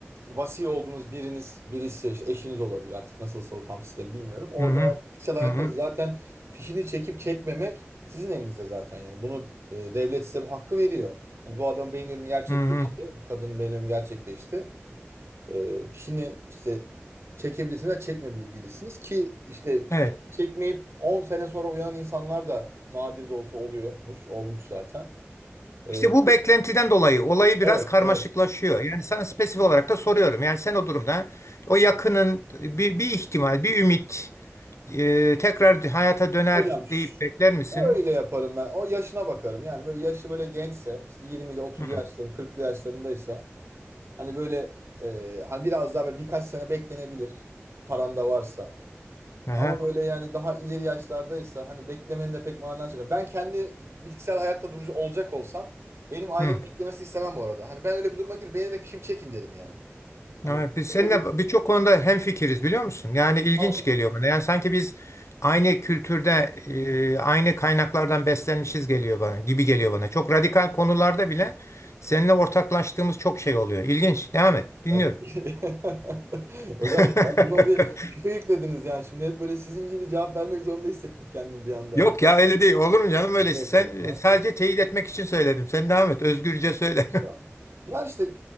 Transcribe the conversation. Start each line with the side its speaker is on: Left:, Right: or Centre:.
Right: vasi olduğunuz biriniz birisi işte eşiniz olabilir artık nasılsa o tam sistemi bilmiyorum. Orada
Left: Hı hı,
Right: kişisel hayatta
Left: hı hı,
Right: zaten fişini çekip çekmemek sizin elinizde zaten yani. Bunu e, devlet size bu hakkı veriyor. Hani bu adam beyin ölümü gerçekleşti.
Left: hı hı.
Right: Bu kadının beyin ölümü gerçekleşti. E, fişini işte çekebilirsiniz ve çekmeyebilirsiniz ki işte
Left: Evet.
Right: fişini çekmeyip 10 sene sonra uyanan insanlar da nadir de olsa oluyormuş. Olmuş zaten. E,
Left: İşte bu beklentiden dolayı olayı
Right: Evet,
Left: biraz karmaşıklaşıyor.
Right: evet.
Left: Yani sana spesifik olarak da soruyorum. Yani sen o durumda o yakının bir, bir ihtimal, bir ümit e, tekrar hayata döner
Right: Hocam
Left: deyip bekler misin?
Right: şöyle yaparım ben. O yaşına bakarım. Yani böyle yaşlı böyle gençse, işte 20 ile 30
Left: Hı hı.
Right: yaşların, 40'lı yaşlarındaysa hani böyle e, hani biraz daha böyle birkaç sene beklenebilir paran da varsa. Ama
Left: Aha.
Right: böyle yani daha ileri yaşlardaysa hani beklemenin de pek manası yok. Ben kendi bitkisel hayatta durucu olacak olsam benim ailem
Left: Hı.
Right: beklemesi istemem orada. Hani ben öyle bir duruma gir, beğenerek şimdi çekin derim yani. Hani
Left: Evet, biz
Right: öyle
Left: seninle
Right: bir
Left: birçok konuda hemfikiriz biliyor musun? Yani ilginç
Right: Vallahi.
Left: geliyor bana. Yani sanki biz aynı kültürde, e, aynı kaynaklardan beslenmişiz geliyor bana, gibi geliyor bana. Çok radikal konularda bile seninle ortaklaştığımız çok şey oluyor. İlginç. Devam et. Dinliyorum.
Right: Evet. <laughs> Hocam
Left: <laughs>
Right: şu ağzıma bir küfe yüklediniz yani. Şimdi hep böyle sizin gibi cevap vermek zorunda hissettim kendimi bir anda.
Left: Yok ya öyle değil. Olur mu canım öyle
Right: Teşekkür
Left: şey? Sen
Right: ederim ya.
Left: e, sadece teyit etmek için söyledim. Sen devam et. Özgürce söyle.
Right: Çok sağ olun. Ya işte